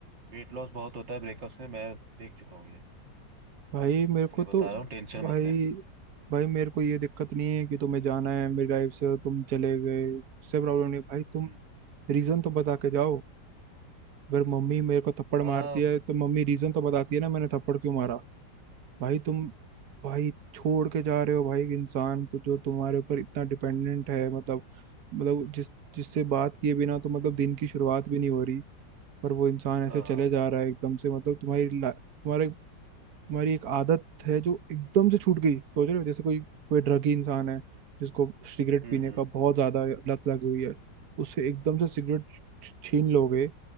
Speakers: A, on the right; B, on the right.
A: वेट लॉस बहुत होता है ब्रेकअप्स में मैं देख चुका हूँ ये
B: भाई मेरे
A: इसलिए
B: को तो
A: बता रहा हूँ टेंशन
B: भाई
A: मत ले
B: भाई मेरे को ये दिक्कत नहीं है कि तुम्हें जाना है मेरी लाइफ से तुम चले गए उससे प्रॉब्लम नहीं है। भाई तुम
A: हम्म
B: रीजन तो बता के जाओ अगर मम्मी मेरे को थप्पड़
A: हाँ
B: मारती है तो मम्मी रीजन तो बताती है ना मैंने थप्पड़ क्यों मारा भाई तुम भाई छोड़ के जा रहे हो भाई एक इंसान को जो तुम्हारे ऊपर इतना डिपेंडेंट है मतलब मतलब जिस जिससे बात किए बिना तो मतलब दिन की शुरुआत भी नहीं हो रही पर वो इंसान
A: हाँ
B: ऐसे चले
A: हाँ,
B: जा रहा है एकदम से मतलब तुम्हारी ला- तुम्हारे तुम्हारी एक आदत है जो एकदम से छूट गई सोच रहे हो जैसे कोई कोई ड्रगी इंसान है जिसको सिगरेट
A: हम्म
B: पीने
A: हम्म
B: का बहुत ज्यादा लत लगी हुई है उसे एकदम से सिगरेट छ- छीन लोगे